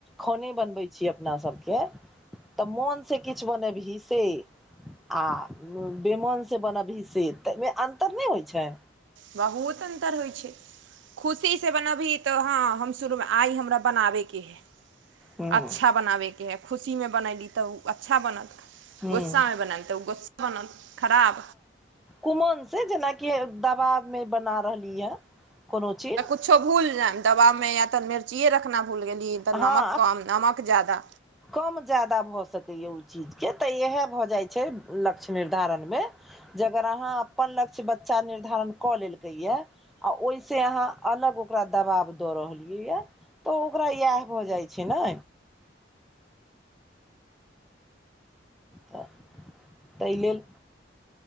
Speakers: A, in the centre; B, on the right.
A: खाने बनबै छी अपना सभके तऽ मोनसँ किछु बनबही से आ बेमन से बनबही से तऽ ओमे अन्तर नहि होइ छै
B: बहुत अन्तर होइ छै खुशीसँ बनबही तऽ हँ हम शुरूमे आइ हमरा बनाबैके हइ
A: ह्म
B: अच्छा बनाबैके हइ खुशीमे बनली तऽ ओ अच्छा बनत
A: ह्म
B: गोस्सामे बनयल तऽ ओ गोस्सा बनत खराब
A: कुमन दबाबमे बना रहली ह कोनो चीज
B: किछु भूलि जायम दवामे या तऽ मिर्चियए रखना भूल गेली तऽ
A: हँ
B: नमक कम नमक जादा
A: कम ज्यादा भऽ सकैए ओ चीजके तऽ इएह भऽ जाइत छै लक्ष्य निर्धारणमे जे अगर अहाँ अपन लक्ष्य बच्चा निर्धारण कऽ लेलकै या आ ओहि से अहाँ अलग ओकरा दबाब दऽ रहलियै य तऽ ओकरा इएह भऽ जाइ छै ने तऽ तइलेल